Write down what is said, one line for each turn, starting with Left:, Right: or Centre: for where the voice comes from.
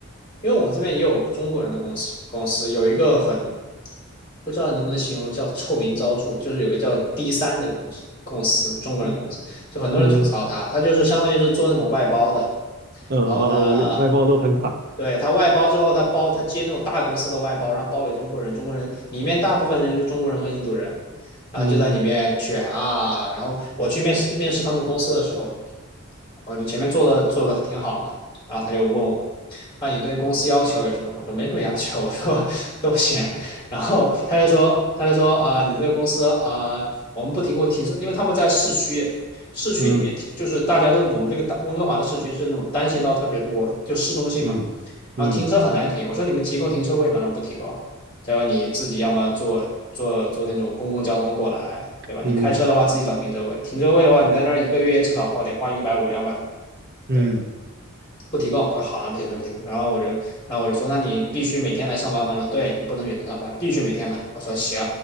Left: 因为我们这边也有中国人的公司，公司有一个很不知道能不能形容叫臭名昭著，就是有个叫 D 三的公司，公司中国人公司，
Right: 嗯
Left: 就很多人吐槽他，
Right: 嗯
Left: 他就是相当于是做那种外包的，
Right: 呃哦，
Left: 然后呢。
Right: 外包都很惨。
Left: 对，他外包之后，他包他接那种大公司的外包，然后包给中国人，中国人里面大部分人就中国人和印度人，然后就在里面卷啊。
Right: 嗯
Left: 然后我去面试面试他们公司的时候，我就前面做的做的挺好嘛，然后他就问我，啊，你对公司要求有什么？我说没什么要求，我说都行。然后他就说他就说啊、你们这个公司啊、我们不停过停车，因为他们在市区。市区里面就是大家都，
Right: 嗯
Left: 我们这个大温哥华的市区是那种单行道特别多，就市中心嘛。
Right: 嗯嗯
Left: 然后停车很难停，我说你们提供停车位吗？他们不提供，他说你自己要么坐坐坐那种公共交通过来，对吧？
Right: 嗯
Left: 你开车的话自己找停车位，停车位的话你在那儿一个月至少花得花一百五两百，
Right: 嗯
Left: 对，不提供。我说好，那不行就不提供。然后我就，然后我就说那你必须每天来上班吗？他说对，你不能远程上班，必须每天来。我说行，